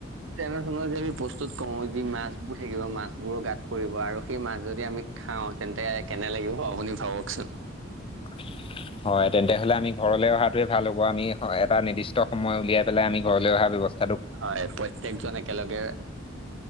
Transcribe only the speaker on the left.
<unintelligible> হয় তেন্তে হলে আমি ঘৰলৈ অহাতোৱে ভাল হ'ব আমি এটা নিৰ্দিষ্ট সময় উলিয়াই পেলাই আমি ঘৰলৈ অহা ব্যৱস্থা,